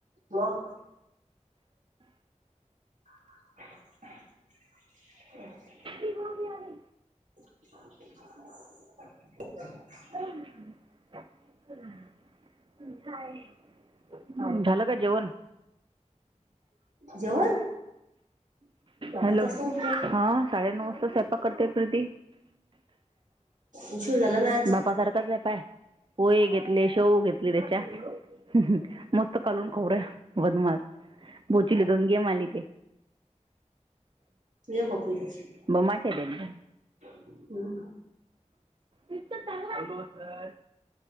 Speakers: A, on the right; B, on the right.
A: मंग <unintelligible>
B: ती <unintelligible> आहे
A: <unintelligible>
B: <unintelligible> <unintelligible> झालं का जेवण
A: जेवण
B: हॅलो
A: आताच तर उठलो
B: हा साडेनऊ वाजता स्वयंपाक करत्यात रे ती.
A: उशीर झाला ना आज
B: बापा करता कर पाय पोहे घेतले शेव घेतली त्याच्यात मस्त कालून खाऊ राय बदमाश बोचले घेऊन घे माले ते.
A: नय होत नय त्याची
B: मम्मा का <unintelligible>
A: हम्म
B: हॅलो सर